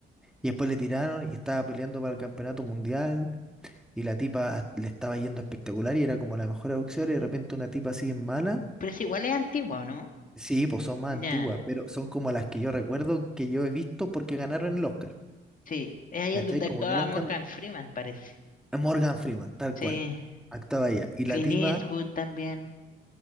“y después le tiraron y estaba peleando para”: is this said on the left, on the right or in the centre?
Centre